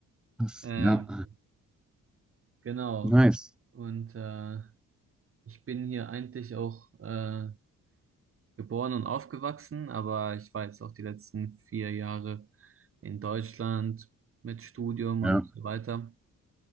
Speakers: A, in the centre; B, on the right.
A: das,
B: Ähm,
A: ja,
B: genau.
A: nice.
B: Und äh, ich bin hier eigentlich auch äh, geboren und aufgewachsen, aber ich war jetzt auch die letzten vier Jahre in Deutschland mit Studium
A: Ja,
B: und so weiter.